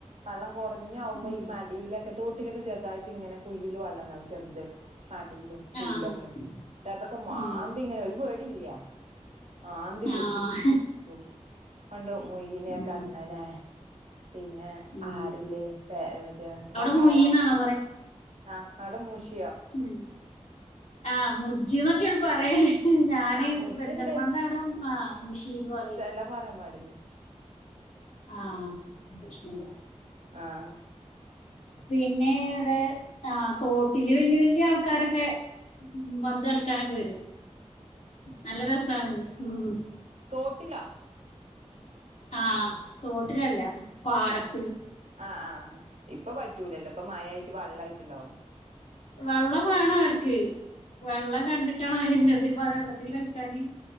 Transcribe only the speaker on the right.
വെള്ള കൊ ഞ്ഞോമ്പ
ഈ മടിലൊക്കെ തോട്ടിലൊക്കെ ചെറുതായിട്ടിങ്ങനെ കുഴില് വള്ളം ണ്ടാവും ചെറ്ത് മടിലും കുയിലൊക്കെ
ന്താത്തൊക്കെ മാന്തി
ഇങ്ങനെ ഒരു പേടി ഇല്ല ആന്തി പിടിച്ചെടു
ക്കും കൊണ്ടോവും മുയിനെ,
കണ്ണനെ പിന്നെ
ആരില് മറ്റേ
വാള
ആഹ് ആടെ മുശി
ആഹ് മുജ്ജിണ്ട്
സ്ഥലം പറയാ പാടില്ലേ
ആഹ്
തോട്ടിലാ.
ആഹ് ആഹ് ഇപ്പ പറ്റൂലല്ലോ ഇപ്പ മയയായിട്ട് വെള്ളായി ട്ടുണ്ടാവും.